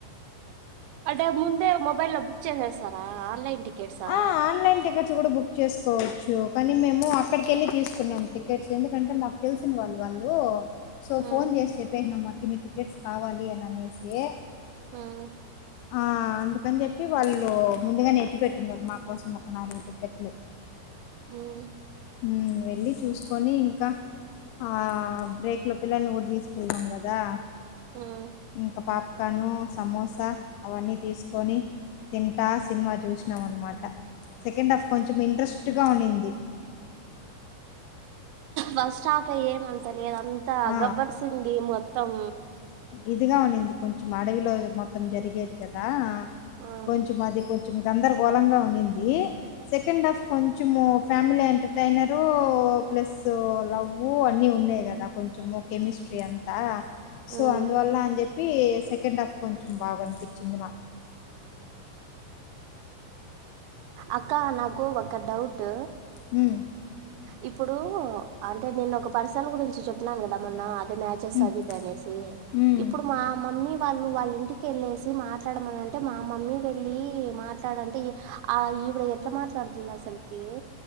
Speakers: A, on the right (about 80°); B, on the left (about 90°).
A: అంటే ముందే మొబైల్ లో బుక్ చేసేస్తారా ఆన్లైన్ టికెట్సా
B: ఆ, ఆన్లైన్ టికెట్స్ కూడా బుక్ చేసుకోవచ్చు కానీ మేము అక్కడికి వెళ్ళి తీసుకున్నాం టికెట్స్ ఎందుకంటే మాకు తెలిసిన వాళ్ళు వాళ్ళు సో
A: మ్మ్
B: ఫోన్ చేసి చెప్పేసినాం ఇన్ని టికెట్స్ కావాలి అని అనేసి
A: ఉమ్
B: ఆ అందుకని చెప్పి వాళ్ళు ముందుగా నెత్తి పెట్టిన్నారు మాకు కోసం ఒక నాలుగు టికెట్లు
A: హ్మ్
B: హ వెళ్ళి చూసుకొని ఇంకా ఆ బ్రేక్ లో పిల్లల్ని కూడా తీసుకెళ్ళలాం కదా
A: హ్మ్
B: ఇంకా పాప్కాను సమోసా అవన్నీ తీసుకొని తింటా సినిమా చూసినాం అనమాట సెకండ్ హఫ్ కొంచెం ఇంట్రెస్ట్గా ఉనింది
A: ఫస్ట్ హాఫ్ ఏ అంత నేనంతా
B: ఆ!
A: గబ్బర్సింది మొత్తం
B: ఇదిగ ఉండంది కొంచెం అడవిలో మొత్తం జరిగేది కదా
A: ఆ
B: కొంచం అది కొంచం ఇది గందర్ గోళంగా ఉనింది సెకండ్ ఆఫ్ కొంచము ఫ్యామిలీ అంటె ట్రైనరు ఓ ప్లస్ లవ్వు అన్ని ఉన్నాయి గదా కొంచము కెమిస్ట్రీ అంతా
A: మ్మ్
B: సో అందువల్ల అన్ జెప్పి ప్పి సెకండ్ ఆఫ్ కొంచెం బాగ అనిపించ్చింది నాకు
A: అక్క నాకు ఒక డౌట్ ట్
B: మ్
A: ఇప్పుడూ అంటే నేను ఒక పర్సన్ గురించి చెప్పునాను గదా మొన్న అంటే మ్యాచెస్
B: హ్మ్.
A: అవి దనేసి
B: హ్మ్.
A: ఇప్పుడు మా మమ్మీ వాళ్ళు వాళ్ళ ఇంటికిళ్ళేసి మాట్లాడమని అంటే మా మమ్మీ వెళ్ళీ మాట్లాడంటే ఆ ఆ ఈవ్డె ఎట్ల మాట్లాడుతుంది అస ల్కి